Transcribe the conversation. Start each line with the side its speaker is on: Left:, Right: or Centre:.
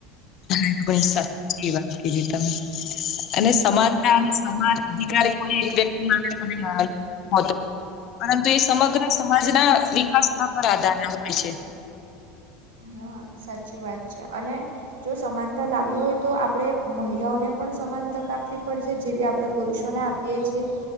Left: હા ઘણી સાચી વાત કીદી તમે. અને સમાનતા અને સમાન અધિકારે કોઈ એક વ્યક્તિ માટે તો નઇ આ હોતો પરંતુ એ સમગ્ર સમાજના વિકાસમાં પર આધાર રાખે છે.
Right: હા સાચી વાત છે અને જો સમાનતા લાવી હોય તો આપડે મહિલાઓને પણ સમાન તક આપવી પડશે જેવી આપડે પુરુષોને આપ પીએ છીએ.